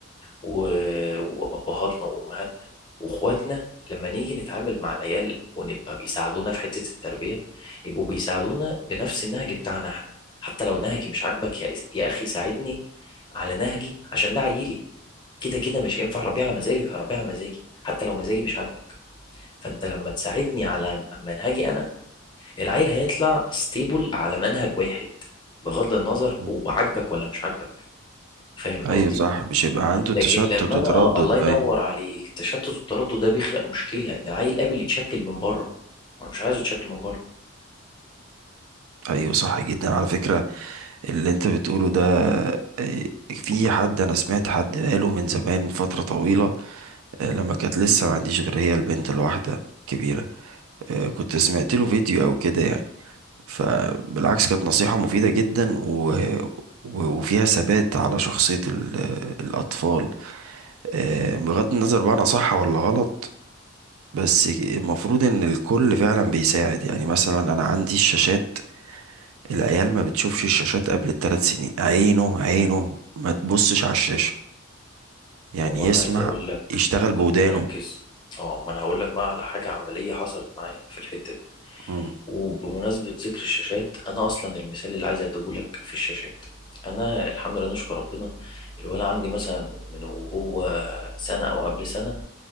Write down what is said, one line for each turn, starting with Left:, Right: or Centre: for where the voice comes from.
Left: و- وابهاتنا وامهاتنا واخواتنا لما نيجي نتعامل مع العيال ونبقى بيساعدونا في حته التربيه يبقوا بيساعدونا بنفس النهج بتاعنا احنا حتى لو نهجي مش عاجبك يا يا اخي ساعدني على نهجي عشان ده عيلي كده كده مش هينفع اربيه على مزاجك هربيه على مزاجي حتى لو مزاجي مش عاجبك فانت لما تساعدني على منهجي انا العيل هيطلع ستيبل على منهج واحد بغض النظر
Right: مم.
Left: هو عاجبك ولا مش عاجبك فاهم قصدي
Right: ايوه صح مش هيبقى عنده
Left: لكن
Right: تشتت
Left: لما
Right: وتردد
Left: انا آه الله
Right: ايوه
Left: ينور عليك التشتت والتردد ده بيخلق مشكله ان العيل قابل يتشكل من بره انا مش عايزه يتشكل من بره
Right: ايوه صح جدا على فكرة اللي انت بتقوله ده آه، في حد انا سمعت حد قاله من زمان من فترة طويلة آه، لما كانت لسه ما عنديش غير هي البنت الواحدة الكبيرة آه، كنت سمعت له فيديو او كده يعني فبالعكس كانت نصيحة مفيدة جدا و... و- وفيها ثبات على شخصية ال... الأطفال آه، بغض النظر بقى أنا صح ولا غلط بس المفروض إن الكل فعلا بيساعد يعني مثلا أنا عندي الشاشات العيال ما بتشوفش الشاشات قبل الثلاث سنين عينه عينه ما تبصش على الشاشة يعني
Left: هو
Right: يسمع
Left: انا عايز اقول لك
Right: يشتغل
Left: انا
Right: بودانه
Left: كنت مركز اه ما انا هقول لك بقى على حاجه عمليه حصلت معايا في الحته دي
Right: مم.
Left: وبمناسبه ذكر الشاشات انا اصلا المثال اللي عايز اديهولك في الشاشات انا الحمد لله نشكر ربنا الولد عندي مثلا من وهو سنه او قبل سنه